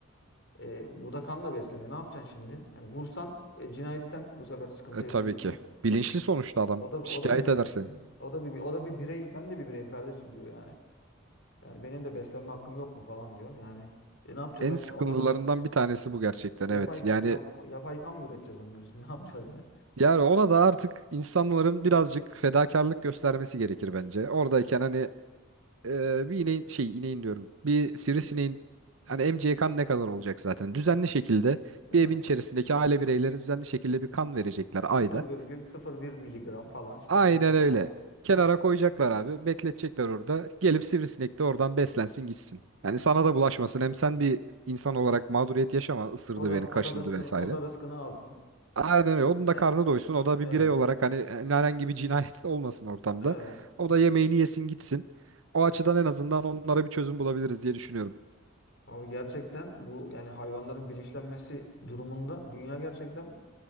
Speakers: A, on the left; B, on the right.
A: E, bu da kanla besleniyor. Ne yapacaksın şimdi? Yani vursan e, cinayetten bu sefer sıkıntı
B: E,
A: yaşayacaksın.
B: tabii ki. Bilinçli sonuçta adam.
A: O da o
B: Şikayet
A: da bir bilinçli.
B: edersin.
A: O da bir o da bir birey. Ben de bir bireyim kardeşim diyor yani. Yani benim de beslenme hakkım yok mu falan diyor. Yani e, ne yapacağız
B: En
A: abi
B: sıkıntılarından
A: şimdi? Ona da
B: bir tanesi bu gerçekten
A: yapay
B: evet. Yani
A: ya- yapay kan mı üreteceğiz onlar için? <laughs> Ne yapacağız yani?
B: Yani ona da artık insanların birazcık fedakarlık göstermesi gerekir bence. Oradayken hani e, bir ineğin şey ineğin diyorum. Bir sivrisineğin hani
A: Hı hı.
B: emeceği kan ne kadar olacak zaten. Düzenli şekilde
A: Değil
B: bir
A: mi?
B: evin içerisindeki aile bireyleri düzenli şekilde bir kan verecekler
A: 0,01
B: ayda.
A: miligram falan işte
B: Aynen
A: bir şey
B: öyle.
A: al.
B: Kenara
A: Ha.
B: koyacaklar abi. Bekletecekler orada. Gelip sivrisinek de oradan beslensin gitsin. Yani sana da bulaşmasın. Hem sen bir insan olarak mağduriyet yaşama. Isırdı
A: O da
B: beni, kaşındı
A: o da rızkını
B: vesaire.
A: o da rızkını alsın.
B: Aynen öyle. Onun da
A: E,
B: karnı doysun. O da
A: evet.
B: bir birey olarak hani e, herhangi bir cinayet <laughs> olmasın ortamda.
A: Evet.
B: O da yemeğini yesin gitsin. O açıdan en azından onlara bir çözüm bulabiliriz diye düşünüyorum.
A: Abi gerçekten bu yani hayvanların bilinçlenmesi durumunda dünya gerçekten